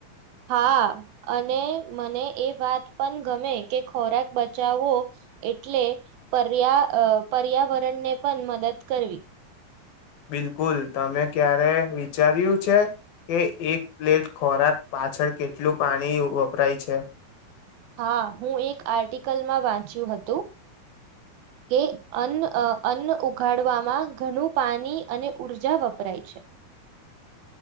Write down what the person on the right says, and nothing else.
હા અને મને એ વાત પણ ગમે કે ખોરાક બચાવવો એટલે પર્યા અ પર્યાવરણને પણ મદદ કરવી.
હા હું એક આર્ટિકલમાં વાંચ્યું હતું કે અન્ન અન્ન ઉઘાડવામાં ઘણું પાણી અને ઉઊર્જા વપરાય છે